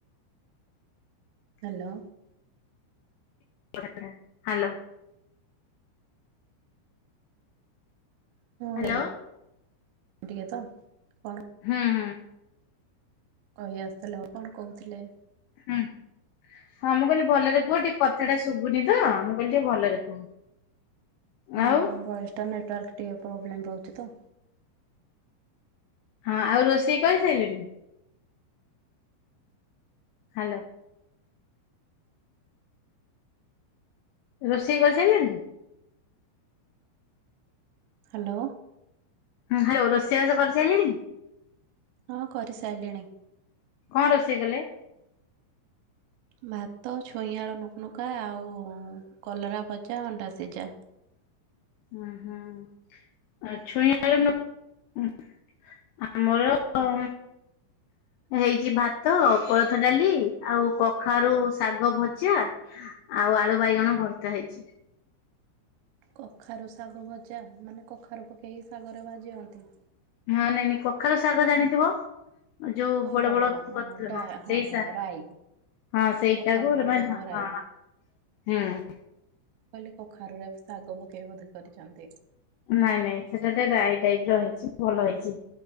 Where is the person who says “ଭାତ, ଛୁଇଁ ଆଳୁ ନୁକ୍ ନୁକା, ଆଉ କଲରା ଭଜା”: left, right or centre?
Right